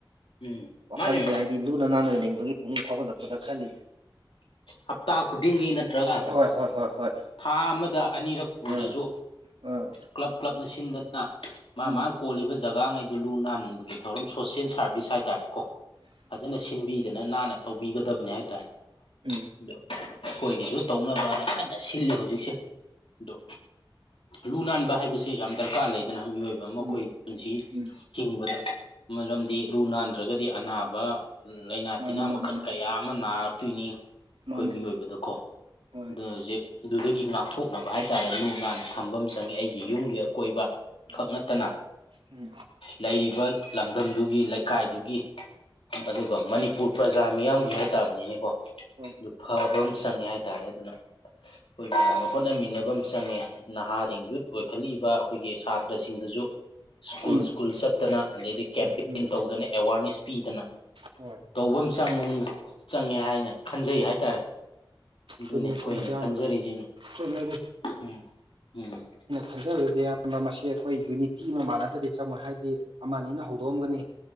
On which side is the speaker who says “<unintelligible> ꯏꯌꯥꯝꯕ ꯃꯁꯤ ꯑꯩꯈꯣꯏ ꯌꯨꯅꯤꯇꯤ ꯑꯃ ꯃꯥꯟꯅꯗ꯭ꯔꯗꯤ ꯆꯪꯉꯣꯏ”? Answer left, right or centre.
Right